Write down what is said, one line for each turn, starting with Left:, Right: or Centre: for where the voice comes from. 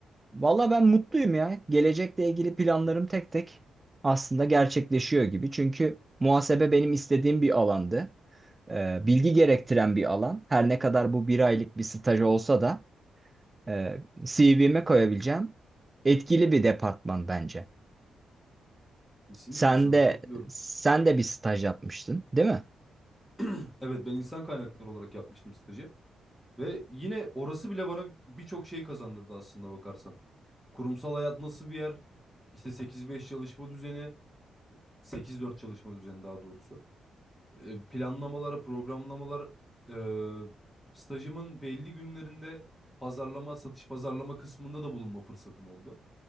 Right: Valla ben mutluyum ya. Gelecekle ilgili planlarım tek tek aslında gerçekleşiyor gibi. Çünkü muhasebe benim istediğim bir alandı. E, bilgi gerektiren bir alan. Her ne kadar bu bir aylık bir staj olsa da e, CV'me koyabileceğim etkili bir departman bence.
Centre: Kesinlikle
Right: Sen
Centre: sana
Right: de
Centre: katılıyorum.
Right: sen de bir staj yapmıştın, değil mi?
Centre: <clears throat> Evet ben insan kaynakları olarak yapmıştım stajı. Ve yine orası bile bana birçok şey kazandırdı aslında bakarsan. Kurumsal hayat nasıl bir yer? İşte 8-5 çalışma düzeni, 8-4 çalışma düzeni daha doğrusu. E, planlamalar, programlamalar, e, stajımın belli günlerinde pazarlama, satış pazarlama kısmında da bulunma fırsatım oldu.